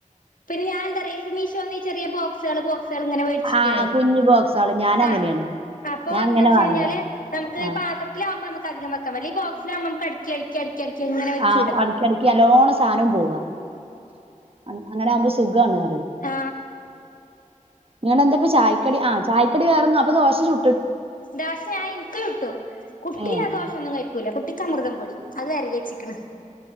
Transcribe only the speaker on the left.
പിന്നെ ഞാന എന്താ പറയാ മീഷോന്ന് ചെറിയ ബോക്സ് കള് ബോക്സ് ങ്ങനെ മേടിച്ചിക്കാണേആ
അപ്പൊ
എന്താ
വെച്ച
കഴിഞ്ഞാല് നമുക്ക്
ഈ പാത്രത്തിലകുമ്പോ നമുക്ക് അധികംവെക്കാൻ പറ്റില്ല ഈബോക് സിലാകുമ്പോ നമുക്ക് അടക്കി അടക്കി അടക്കി അങ്ങനെ വെച്ചൂടെ
ആ
ദോശ ഞാൻ എനിക്കു ചുട്ടു കുട്ടിഅദോശ
ഒന്നും കഴിക്കൂല കുട്ടിക്ക് അമൃതം പൊടി അതഅരിഞ്ഞ് വെച്ചിരിക്കുന്നു